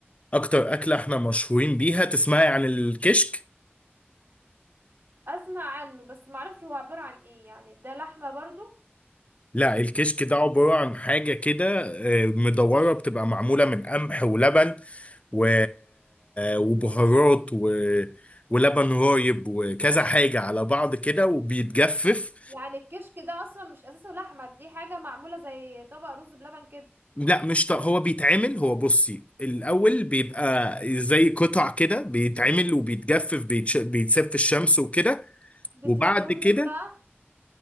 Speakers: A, on the left; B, on the right.
A: اكتر أكلة احنا مشهورين بيها تسمعي عن الكشك
B: اسمع عنه بس معرفش هو عبارة عن ايه يعني ده لحمة برضو
A: لا الكشك ده عبارة عن حاجة كده آه، مدورة بتبقى معمولة من قمح ولبن و... وبهارات و... ولبن رايب وكذا حاجة على بعض كده وبيتجفف
B: يعني الكشك ده اصلا مش اساسه لحمة دي حاجة معمولة زي طبق رز بلبن كده
A: لا مش ط... هو بيتعمل هو بصي الأول بيبقى زي قطع كده بيتعمل وبيتجفف بيتش... بيتساب في الشمس وكده
B: بتشتروه
A: وبعد كده
B: منين بقى